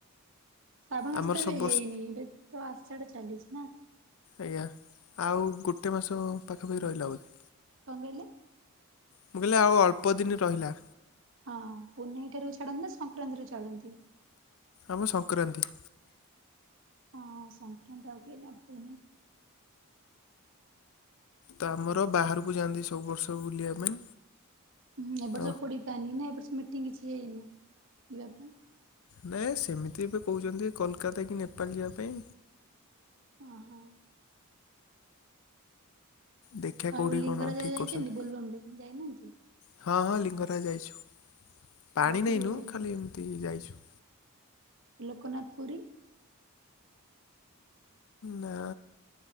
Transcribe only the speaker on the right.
ଶ୍ରାବଣ
ମାସ ତ
ଏବେ
ହେଇନି ଏବେ? ତ ଆସଡେ ଚାଲିଛି ନା?
କଣ କହିଲେ?
ହଁ ପୁନେଇଠାରୁ ଛାଡ଼ନ୍ତି ନା ସଂକ୍ରାନ୍ତିରୁୁ ଛାଡନ୍ତି।
ହଁ ସଂକ୍ରାନ୍ତି ଆଉ କେ
ହୁଁ ଏପଟ
ସେ କୋଡି ପାନି ନା ଏ ସେ ମିଟିଂ କିଛି ହେଇନି ଯିବା ପାଇଁ।
ହଁ ହଁ।
ଆଉ
ଲିଙ୍ଗରାଜା
ଯାଇଛନ୍ତି
ବୋଲଭମ ରେ ଯାଇନାହାନ୍ତି।
ଆଉ କୋଉଠି
ଯାଇଛନ୍ତି
ଲୋକନାଥ ପୁରୀ।